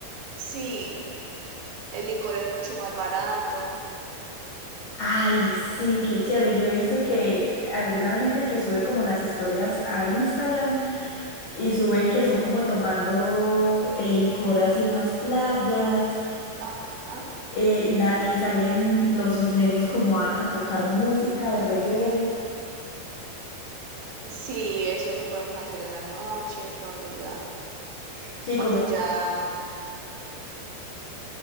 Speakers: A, on the right (about 80°); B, on the left (about 90°).
A: Sí, el licor es mucho más barato.
B: Ay, sí, qué chévere. Yo he visto que alguna gente que sube como las historias a Instagram y suben que son como tomando eh, licor así en las playas
A: Ajá.
B: eh, y, la, y salen los isleños como a, a tocar música de reggae.
A: Sí, eso lo podemos hacer en la noche, cuando ya,
B: Sí,
A: cuando
B: como
A: ya,